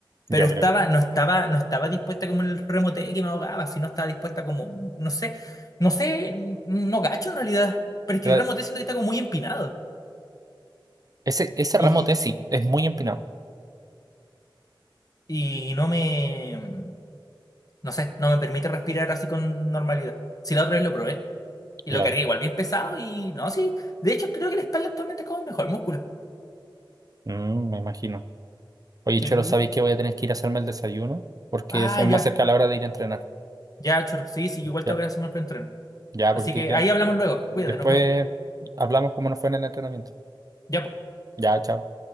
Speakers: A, on the right (about 45°); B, on the left (about 45°).
A: yo
B: Pero estaba,
A: creo.
B: no estaba, no estaba dispuesta como en el remo T que me ahogaba, sino estaba dispuesta como, no sé, no sé, no gacho en realidad. Pero es
A: Pero
B: que el remo T siento que está como muy empinado.
A: ese, ese remo
B: Y,
A: tesis es muy empinado.
B: y no me, no sé, no me permite respirar así con normalidad. Si la otra vez lo probé y
A: Claro,
B: lo cargué igual bien pesado y no, sí, de hecho creo que la espalda actualmente es como mejor músculo.
A: Mm, me imagino. Oye,
B: Sí.
A: Cholo, ¿sabéis que voy a tener que ir a hacerme el desayuno? Porque
B: Ah,
A: se
B: ya,
A: me acerca la hora de ir a entrenar.
B: ya, choro. Sí, sí, igual
A: Ya,
B: tengo que hacerme el preentreno.
A: ya,
B: Así
A: porque estoy
B: que
A: bien.
B: ahí hablamos luego.
A: Después
B: Cuídate, nos vemos.
A: hablamos cómo nos fue en el entrenamiento.
B: Ya, pues.
A: Ya, chao.